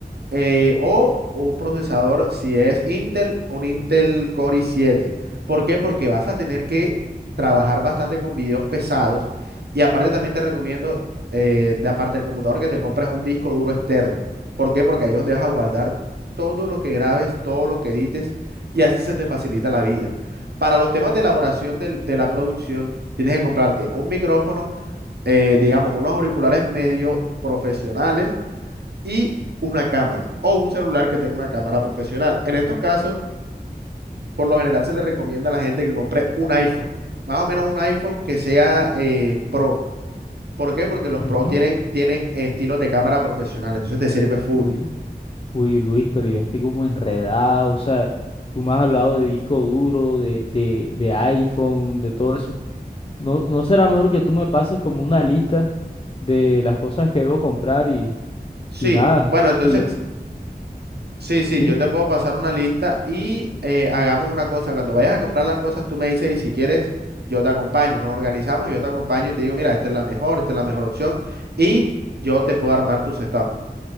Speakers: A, on the right; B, on the left.
A: eh, o un procesador, si es Intel, un Intel Core i7. ¿Por qué? Porque vas a tener que trabajar bastante con videos pesados y aparte también te recomiendo, eh, de aparte del computador, que te compres un disco duro externo. ¿Por qué? Porque ahí es donde vas a guardar todo lo que grabes, todo lo que edites y así se te facilita la vida. Para los temas de elaboración del- de la producción, tienes que comprarte un micrófono, eh, digamos, unos auriculares medio profesionales y una cámara o un celular que tenga una cámara profesional. En estos casos, por lo general se le recomienda a la gente que compre un iPhone, más o menos un iPhone que sea eh, Pro. ¿Por qué? Porque los Pro
B: Ujú.
A: tienen, tienen estilos de cámara profesional, entonces te sirve full.
B: Uy, Uy, Luis, pero yo estoy como enredado, o sea, tú me has hablado de disco duro, de, de, de iPhone, de todo eso. ¿No, no será mejor que tú me pases como una lista de las cosas que debo comprar y,
A: Sí,
B: y nada?
A: bueno, entonces,
B: Y,
A: sí, sí,
B: ¿sí?
A: yo te puedo pasar una lista y eh, hagamos una cosa. Cuando vayas a comprar las cosas, tú me dices y si quieres, yo te acompaño. Nos organizamos, yo te acompaño y te digo, mira, esta es la mejor, esta es la mejor opción y yo te puedo armar tu setup.